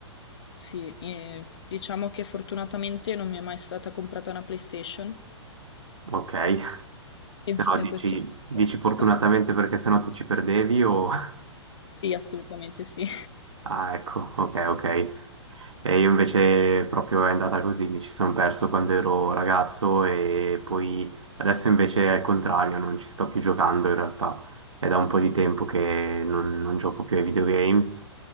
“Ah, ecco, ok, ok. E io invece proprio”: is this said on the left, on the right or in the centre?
Right